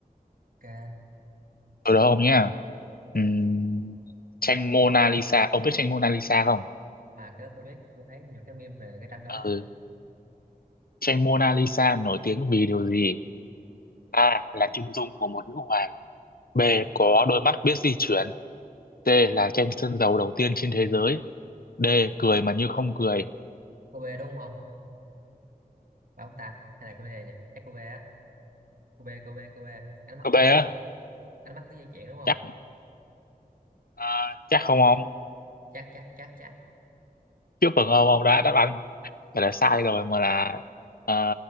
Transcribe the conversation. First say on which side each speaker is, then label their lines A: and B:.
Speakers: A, on the right; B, on the left.
A: ok
B: tôi đố ông nhé Ừm,
A: ừ.
B: tranh Mona Lisa ông biết tranh Mona Lisa không
A: à cái đó tôi biết tôi thấy nhiều cái meme về cái tranh đó lắm
B: ừ. tranh Mona Lisa nổi tiếng vì điều gì A là chân dung của một nữ hoàng B có đôi mắt biết di chuyển C là tranh sơn dầu đầu tiên trên thế giới D cười mà như không cười
A: cô bê đúng không phải ông ta hay là cô đê nhỉ chắc cô bê á cô bê cô bê cô bê ánh mắt
B: có
A: biết
B: B á
A: di chuyển ánh mắt biết di chuyển đúng không
B: chắc à, chắc không ông
A: chắc chắc chắc chắc
B: trước phần ông ông đã đáp án phải là sai rồi mà là à,